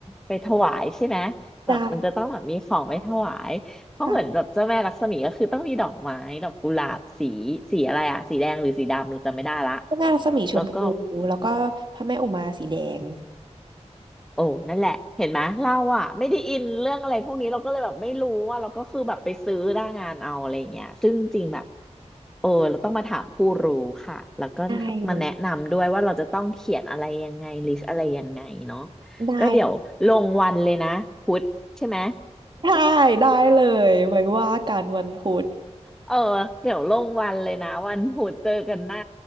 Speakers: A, in the centre; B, on the right.
A: ไปถวายใช่ไหมแบบมันจะต้องแบบมีของไปถวายเพราะเหมือนแบบเจ้าแม่ลักษมีก็คือต้องมีดอกไม้ดอกกุหลาบสีสีอะไรอะสีแดงหรือสีดำเราจำไม่ได้ละ
B: ได้ใช่พระแม่รัศมีชมพูแล้วก็พระแม่อุมาสีแดง
A: แล้วก็ โอ้นั่นแหละเห็นไหมเราอะไม่ได้อินเรื่องอะไรพวกนี้เราก็เลยแบบไม่รู้ว่าเราก็คือแบบไปซื้อหน้างานเอาอะไรอย่างเงี้ยซึ่งจริงแบบโอ้เราต้องมาถามผู้รู้ค่ะแล้วก็มาแนะนำด้วยว่าเราจะต้องเขียนอะไรยังไงลิสต์อะไรยังไงเนาะ
B: ได้เลยได้
A: ก็เดี๋ยวลงวันเลยนะพุธใช่ไหม
B: ได้ได้เลยไว้ว่ากันวันพุธ
A: เออเดี๋ยวลงวันเลยนะวันพุธเจอกันหน้า